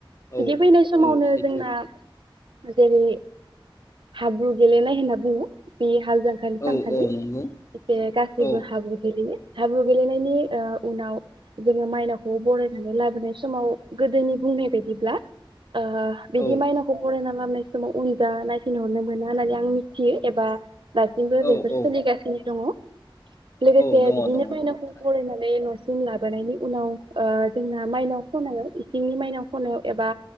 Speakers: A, on the left; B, on the right.
A: औ
B: बिदि फैनाय समावनो
A: औ सैथो
B: जोंना जेरै हाब्रु गेलेनाय होनना बुङो बेयो हालजांख्रानि
A: औ
B: सानखालि
A: औ नंगौ
B: इसे गासैबो
A: औ
B: हाब्रु गेलेयो हाब्रु गेलेनायनि ओ उनाव जोङो माइनावखौ बरायनानै लाबोनाय समाव गोदोनि बुंनाय बायदिब्ला ओ बिदि
A: औ
B: माइनावखौ बरायना लाबनाय समाव उनजा नायफिन हरनो मोना होन्ना आं मिथियो एबा दासिमबो
A: औ
B: बेफोर
A: औ
B: सोलिगासिनो दङ लोगोसे
A: औ दङ
B: बिदिनो
A: दङ
B: माइनावखौ
A: दङ थारैनो
B: बरायनानै नसि जों लाबोनायनि उनाव ओ जोंना माइनाव खनायाव इसिंनि माइनाव खनायाव एबा